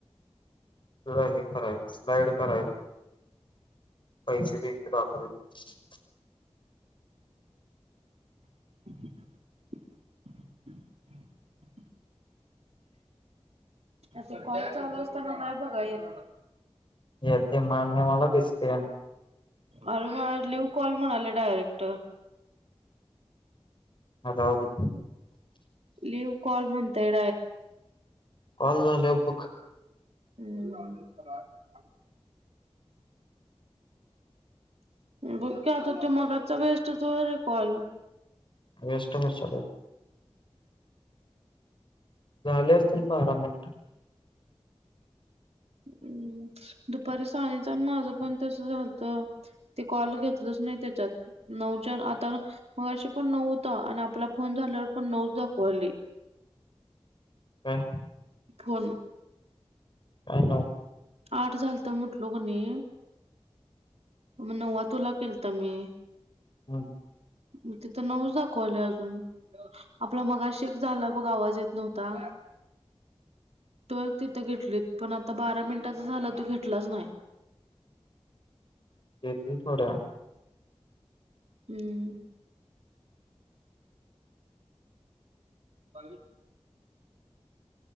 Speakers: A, on the left; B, on the right.
A: ले हे करायला स्लाईड करायलो पैसे इकडे दाखवते.
B: अ <unintelligible> आता कॉल चालू असताना नाही बघा येेत.
A: या ते मान्य मला दिसते स्कॅन.
B: अरे मला लिव कॉल म्हणाले डायरेक्ट.
A: आता राहुदे
B: लिव्ह कॉल म्हणतय
A: कॉल झाल्यावर बघ.
B: हम्म. बघकी आता तुम्हाला तर वेस्टच व्हय रे कॉल.
A: वेस्ट होत चालेत. झाले असतील बारा मिनिटं.
B: हम्म दुपारी साईचन माझं पण तस झालत ते कॉल घेतलंच नाही त्याच्यात नऊच्या आता मग अशी पण नऊ होता आणि आपला फोन झाल्यावर पण नऊच दाखुवन राहीली.
A: काय?
B: फोन
A: काय नाव?
B: आठ झालत म्हटलो म्हणे. म नवा तुला केलता मी.
A: हम्म.
B: मग तिथं नऊ दाखवाले अजून आपला मगाशी एक झाला बघ आवाज येत नव्हता. तो एक तिथ घेतलीत. पण आता बारा मिनिटाचा झाला तो घेतलाच नाही.
A: येतील थोड्या वेळात.
B: हम्. बा.